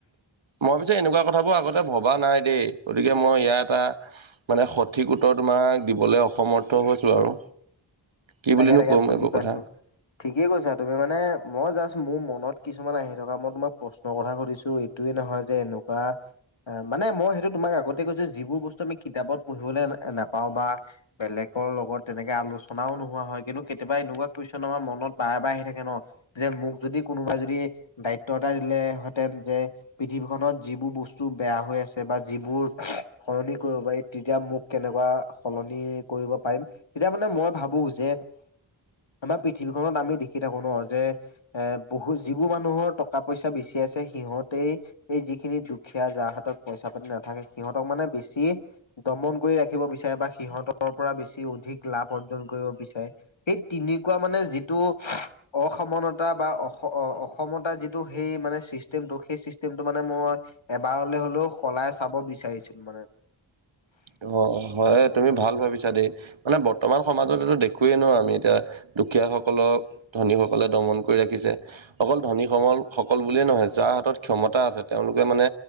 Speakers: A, on the right; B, on the left.
A: মই পিছে এনেকুৱা কথাবোৰ আগতে ভবা নাই দেই গতিকে মই ইয়াৰ এটা মানে, সঠিক উত্তৰ তোমাক দিবলৈ অসমৰ্থ হৈছো আৰু, কি
B: ডাগে
A: বুলিনো
B: তেগাত
A: ক'ম
B: বুজি
A: এইবোৰ
B: পাইছো
A: কথা
B: ঠিকে কৈছ। তুমি মানে মই জাষ্ট মোৰ মনত কিছুমান আহি থকা মই তোমাক প্ৰশ্নৰ কথা সুধিছো এইটোয়ে নহয় যে এনে, ককা, অ মানে মই সেইটো তোমাক আগতে কৈছো যিবোৰ বস্তু আমি কিতাপত পঢ়িবলৈ নাপাওঁ বা বেলেগ, লগত তেনেকে আলোচনাও ন, হয় কিন্তু কেতিয়াবা এনেকুৱা কন আমাৰ মনত বাৰ বাৰ আহি থাকে ন যে মোক যদি কোনোবা যদি, দায়িত্বতটা দিলে হেতেন যে পৃথিৱীখননত যিবোৰ বস্তু বেয়া হৈ আছে বা যিবোৰ, সলনি কৰিব পাৰি তেতিয়া মোক কেনেকুৱা সলনি কৰিব পাৰিম তেতিয়া মানে মই ভাবো। যে, আমাৰ পৃথিৱীখনত আমি দেখি থাকো ন যে এ বহুত যিবোৰ মানুহৰ টকা পইচা বেছি, সিহঁতে এই যিখিনি দুখীয়া যাৰ হাতত পইচা পাতি নাথাকে সিহঁতক মানে বেছি, দমন কৰি ৰাখিব বিচাৰে বা সিহঁতৰ পৰা বেছি অধিক লাভ অৰ্জন কৰিব বিচাৰে, সেই তিনেুৱা মানে যিটো, অসমানতা বা অ অসমতা যিটো সেই মানে চিষ্টেমটো সেই চিষ্টেমটো মানে মই, এবাৰলৈ হ'লেও সলাই চাব বিচাৰিছিলো মানে,
A: উ! অ হয় তুমি ভাল ভাবিছা দেই মানে বৰ্তমান সমাজত এইো দেখোৱয়েইে নো আমি এতিয়া দুখীয়াসকলক ধনীসকলে দমন কৰি ৰাখিছে অকল ধনী সমল সকল বুলিয়েই নহয় যোৱা। হাতত ক্ষমতা আছে তেওঁলোকে মানে